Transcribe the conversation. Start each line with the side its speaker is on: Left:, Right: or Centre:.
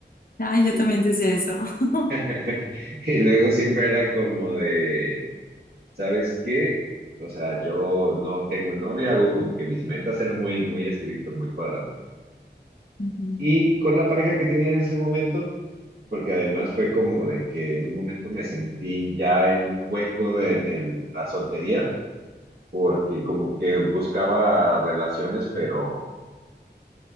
Left: Ay, yo
Right: Y,
Left: también decía eso. <laughs>
Right: <laughs> y luego siempre era como de... ¿sabes qué? O sea, yo no tengo novia, hago como que mis metas eran muy, muy estricto, muy cuadrado.
Left: Ujú,
Right: Y con la pareja que tenía en ese momento, porque además fue como de que en un momento me sentí ya en un hueco de- en el- la soltería, porque como que buscaba relaciones, pero,